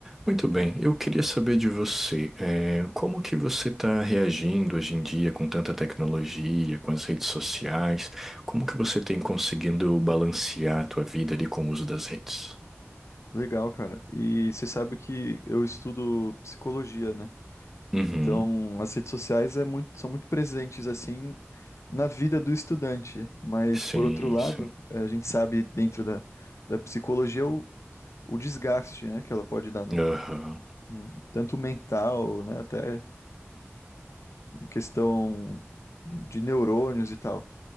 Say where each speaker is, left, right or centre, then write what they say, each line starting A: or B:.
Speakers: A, in the centre; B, on the left.
A: Muito bem, eu queria saber de você, eh, como que você está reagindo hoje em dia com tanta tecnologia, com as redes sociais? Como que você tem conseguindo balancear a tua vida ali com o uso das redes?
B: Legal, cara. E você sabe que eu estudo psicologia, né?
A: Uhum,
B: Então, as redes sociais é muito- são muito presentes, assim, na vida do estudante. Mas,
A: sim,
B: por outro lado,
A: sim.
B: eh, a gente sabe, dentro da, da psicologia, o, o desgaste, né, que ela pode dar no,
A: Aham,
B: né, tanto mental, né, até em questão de neurônios e tal.